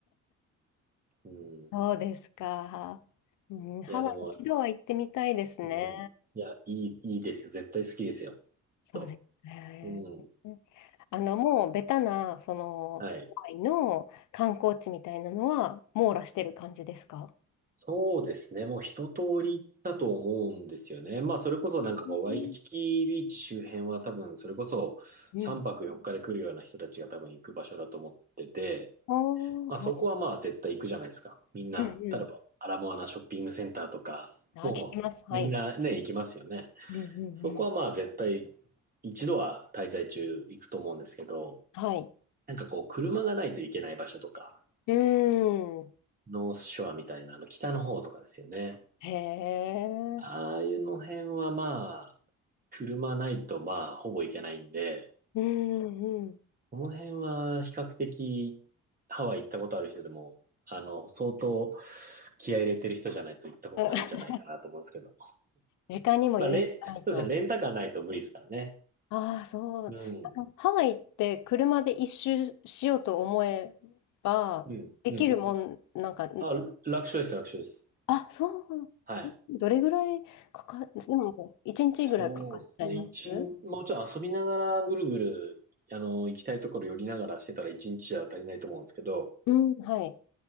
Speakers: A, on the right (about 30°); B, on the left (about 80°).
A: うん。い
B: あそうですか。うん、ハワイ一度は行ってみたいですね。
A: や、でも、うん。いや、いい、いいですよ。絶対好きですよ。きっ
B: そうですね。
A: と。うん。
B: あの、もうベタな、その、
A: はい。
B: ハワイの観光地みたいなのは網羅してる感じですか
A: そうですね。もう一通り行ったと思うんですよね。まあ、それこそなんかこう、
B: うん
A: ワイキキビーチ周辺は多分、それこそ3泊4日で来るような人たちが多分行く場所だと思ってて、
B: うん。おー、
A: まあそこはまあ絶対行くじゃないですか。
B: はい。
A: みんな、
B: うん
A: 例えばアラモアナショッピングセンターとか、
B: うん。
A: もうみんなね、
B: あ、聞きます。はい。
A: 行きますよね。
B: うんうんうん。
A: そこはまあ絶対一度は滞在中行くと思うんですけど、
B: はい。
A: なんかこう車がないといけない場所とか、
B: うーん。
A: ノースショアみたいなあの北の方とかですよね。
B: へえ。
A: ああいうの辺はまあ、車ないとまあほぼ行けないんで、
B: うんうん。
A: この辺は比較的ハワイ行ったことある人でも、あの、相当気合い入れてる人じゃないと行ったことないんじゃないかなと思うんですけど。
B: <laughs> あ時間にも余裕がないと。
A: まあ、レ、そうですね、レンタカーないと無理ですからね。
B: ああ、そう。
A: うん。
B: あの、ハワイって車で一周しようと思えば、
A: うん。
B: できるもん、
A: うん。
B: なんか、ん
A: あ、楽勝です、楽勝です。
B: あ、そう、
A: はい。
B: どれぐらいかか、でも、1日ぐらいかかっちゃいます
A: そうですね。一日、もちろん遊びながらぐるぐる、あの、行きたいところ寄りながらしてたら一日じゃ足りないと思うんですけど、
B: うん、はい。